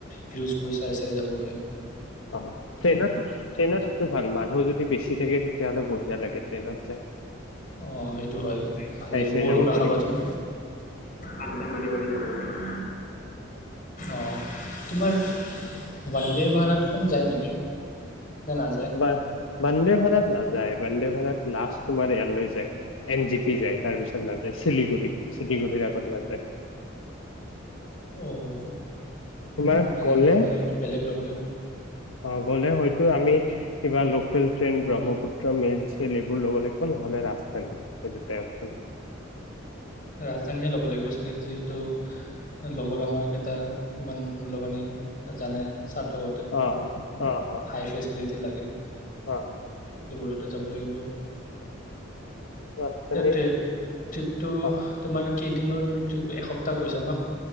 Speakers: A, on the left (about 40°); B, on the left (about 80°).
A: ভিউচ চাই চাই যাব পাৰিম।
B: অ ট্ৰেইনত ট্ৰেইনত সেইটো ভাল মানুহ যদি বেছি থাকে তেটি তিয়াহলে বঢ়িয়া লাগে ট্ৰেইনত যায়।
A: অ সেইটো হয় ভাল
B: চাই
A: লাগ
B: চাই
A: বৰো
B: যাব
A: নাখাবা
B: পাৰি
A: তুমি আড্ডা মাৰি মাৰি যাব পাৰোঁ, অ তোমাৰ বন্দে ভাৰত খন যায় নেকি? নে নাযায়
B: বা বন্দে ভাৰত নাযায়। বন্দে ভাৰত লাষ্ট তোমাৰ এয়াৰলৈ যায় এন জি পি যায় তাৰপিছত নাযায় চিলিগুৰি চিলিগুৰি আগত নাযায়।
A: অঁ
B: তোমাৰ
A: সেইখন নাযায়
B: গ'লে
A: মানে আমি বেলেগ ল'ব লাগিব।
B: অ গ'লে হয়তো আমি কিবা লোকেল ট্ৰেইন ব্ৰহ্মপুত্ৰ মেইিল চেল এইবোৰ লব লাগিব নহলে ৰাজধানী সেই দুটাই অপচন আছে।
A: ৰাজধানীয়ে ল'ব লাগিব চাগে যিহেতু লগৰ আমাক এটা ইমান লাননি জানে স্বাৰ্থকতে
B: অ অ অ
A: হাই ফেচিলিটি লাগে।
B: অ
A: লগতে যাব লাগিবই আৰু।
B: ৰাজধানী
A: এয়া ট্ৰে ট্ৰিপটো
B: অ
A: তোমাৰ কেইদিনৰ ট্ৰিপ এসপ্তাহ কৈছা ন?